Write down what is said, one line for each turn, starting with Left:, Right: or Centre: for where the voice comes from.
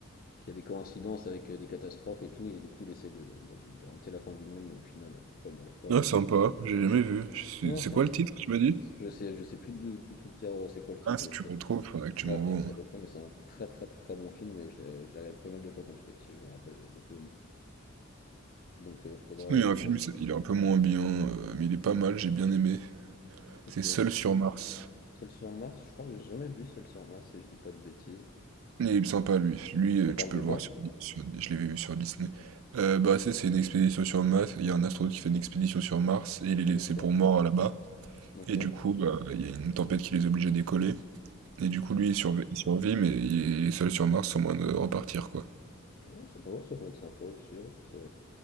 Left: qu'il y a des coïncidences avec euh, des catastrophes et tout, et du coup il essaie de, bon, de- d'arrêter la fin du monde, mais au final, euh, enfin, il n'y arrive pas,
Right: Ah,
Left: mais.
Right: sympa, j'ai jamais vu. C'est
Left: Non, non,
Right: c'est
Left: c'est
Right: quoi
Left: un tr-
Right: le titre, tu m'as dit?
Left: Je sais, je sais plus de tout, tout dire euh, c'est quoi le titre,
Right: Ah, si
Left: mais
Right: tu
Left: c'est.
Right: le retrouves, faudrait que tu
Left: Ouais,
Right: m'envoies.
Left: je sais ça
Right: hein.
Left: doit trop, mais c'est un très très très bon film et je l'ai je l'ai regardé pas mal de fois quand j'étais petit, je me rappelle, j'avais beaucoup aimé. Donc euh, faudra,
Right: Sinon, il y a
Left: faudra.
Right: un film, c'est- il est un peu moins bien, euh, mais il est pas mal, j'ai bien aimé. C'est
Left: Ok,
Right: Seul
Left: dis-
Right: sur Mars.
Left: Seul sur Mars, je crois que j'ai jamais vu Seul sur Mars, si je dis pas de bêtises.
Right: Il est sympa lui. Lui,
Left: Ça
Right: heu,
Left: parle
Right: tu peux
Left: de
Right: le
Left: quoi?
Right: voir sur sur je l'avais vu sur Disney. Heu, bah, c'est c'est une expédition sur Mars, il y a un astronaute qui fait une expédition sur Mars et il est laissé
Left: Ok,
Right: pour mort là-bas
Left: ok.
Right: et du coup, bah, il y a une tempête qui les oblige à décoller et du coup, lui, il surv il survit mais il est seul sur Mars sans moyen de repartir, quoi.
Left: Oh, ça peut, ça peut être sympa aussi, ouais, ça-